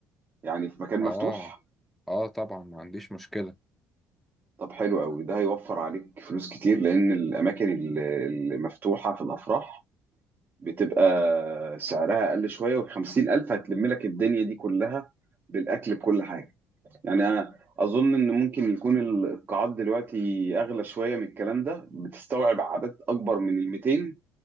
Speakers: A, on the right; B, in the centre.
A: يعني في مكان مفتوح
B: اه اه طبعا ما عنديش مشكلة
A: طب حلو قوي ده هيوفر عليك فلوس كتير لان الاماكن ال- المفتوحه في الافراح بتبقى سعرها اقل شويه وال 50000 هتلم لك الدنيا دي كلها بالاكل بكل حاجه يعني أنا أظن إن ممكن يكون ال- القاعات دلوقتي أغلى شوية من الكلام ده بتستوعب عدد أكبر من ال 200